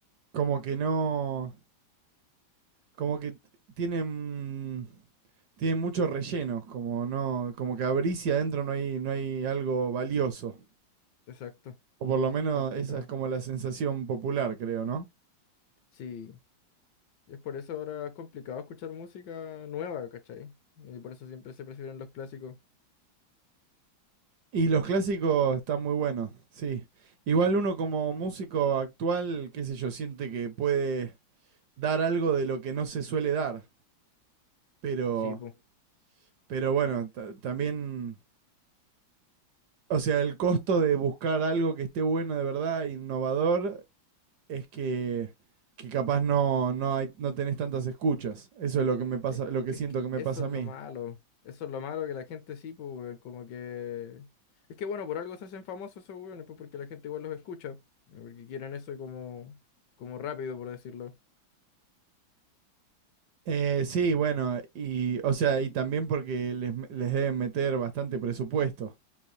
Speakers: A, on the right; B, on the left.
A: Como que no, como que t- tienen, tienen mucho relleno, como no, como que abrís y adentro no hay, no hay algo valioso.
B: exacto,
A: O por lo menos
B: complicado.
A: esa es como la sensación popular, creo, ¿no?
B: Sí, es por eso ahora es complicado escuchar música nueva, ¿cachai? Y por eso siempre se prefieren los clásicos.
A: Y los clásicos están muy buenos, sí. Igual uno como músico actual, qué sé yo, siente que puede dar algo de lo que no se suele dar. Pero,
B: Sí, po.
A: pero bueno, ta- también, o sea, el costo de buscar algo que esté bueno de verdad, innovador, es que, que capaz no, no hay, no tenés tantas escuchas. Eso es lo que me pasa,
B: Eh,
A: lo que
B: Es
A: siento
B: que
A: que me
B: eso
A: pasa
B: es
A: a
B: lo
A: mí.
B: malo. Eso es lo malo que la gente sí, pues, weón, como que. Es que bueno, por algo se hacen famosos esos weones, pues porque la gente igual los escucha. Porque quieren eso como, como rápido, por decirlo.
A: Eh, sí, bueno, y, o sea, y también porque les, me- les deben meter bastante presupuesto.